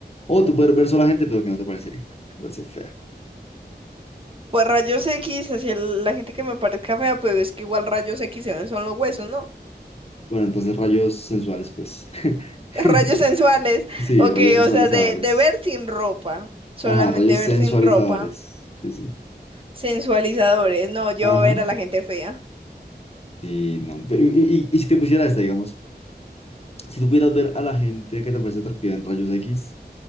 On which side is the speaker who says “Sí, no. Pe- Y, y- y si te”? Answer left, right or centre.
Left